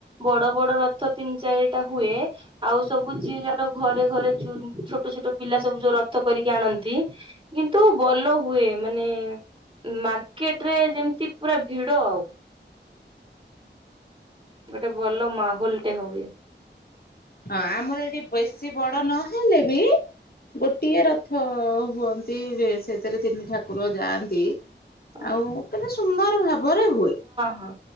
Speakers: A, on the right; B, on the left.
A: ବଡ ବଡ ରଥ ତିନି ଚାରିଟା ହୁଏ। ଆଉ ସବୁ ଯିଏ ଯାହାର ଘରେ ଘରେ ଛୋଟ ଛୋଟ ପିଲା ସବୁ ଯୋଉ ରଥ କରିକି ଆଣନ୍ତି। କିନ୍ତୁ ଭଲ ହୁଏ, ମାନେ ମା ମାର୍କେଟରେ ଯେମିତି ପୁରା ଭିଡ ଆଉ। ଗୋଟେ ଭଲ ମାହୋଲଟେ ହୁଏ।
B: ହଁ ଆମର ଏଠି ବେଶୀ ବଡ ନହେଲେ ବି ଗୋଟିଏ ରଥ ହୁଅନ୍ତି ଯେ ସେଥିରେ ତିନି ଠାକୁର ଯାଆନ୍ତି।
A: ହଁ
B: ଆଉ କେତେ ସୁନ୍ଦର ର ଘରେ ହୁଏ
A: ହଁ